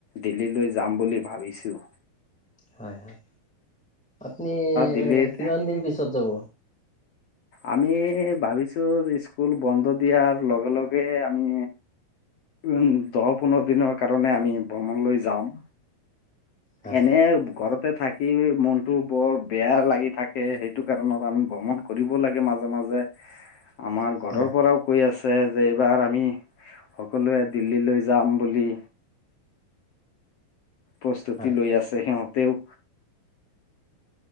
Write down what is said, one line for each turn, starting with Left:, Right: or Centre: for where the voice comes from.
Left: দিল্লীলৈ যাম বুলি ভাবিছোঁ।
Centre: হয়, হয়। আপনি
Left: দিল্লীত
Centre: কিমান দিন পিছত যাব।
Left: আমি ভাবিছো স্কুল বন্ধ দিয়াৰ লগে লগে আমি উম' দহ পোন্ধৰ দিনৰ কাৰণে আমি ভ্ৰমণলৈ যাম।
Centre: হয়,
Left: এনে ঘৰত তে থাকি মনতটো বৰ বেয়া লাগি থাকে সেইটো কাৰণত আমি ভ্ৰমণ কৰিব লাগে মাজে মাজে। আমাৰ ঘৰৰ
Centre: হয়,
Left: পৰাও কৈ আছে যে এইবাৰ আমি সকলোৱে দিল্লী লৈ যাম বুলি। প্ৰস্তুতি
Centre: হয়।
Left: লৈ আছে সিহঁতেও